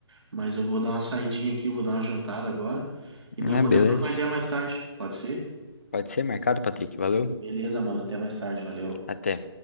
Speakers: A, on the right; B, on the left.
A: mas eu vou dar uma saidinha aqui, eu vou dar uma jantada agora. E nós
B: Ah,
A: podemos
B: beleza.
A: trocar uma ideia mais tarde, pode ser?
B: Pode ser marcado, Patrick. Valeu.
A: Beleza, mano. Até mais tarde, valeu.
B: Até.